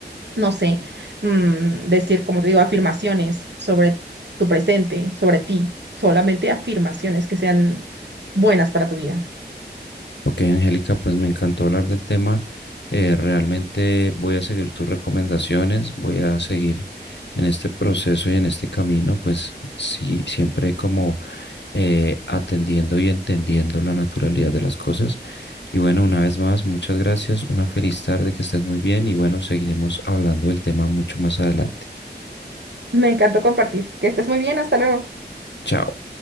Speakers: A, on the right; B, on the left.
A: no sé, mm, decir, como te digo, afirmaciones sobre tu presente, sobre ti, solamente afirmaciones que sean buenas para tu vida.
B: Ok, Angélica, pues me encantó hablar del tema. Eh, realmente voy a seguir tus recomendaciones, voy a seguir en este proceso y en este camino, pues sí, siempre como eh, atendiendo y entendiendo la naturalidad de las cosas. Y bueno, una vez más, muchas gracias, una feliz tarde, que estés muy bien y bueno, seguiremos hablando del tema mucho más adelante.
A: Me encantó compartir. Que estés muy bien, hasta luego.
B: Chao.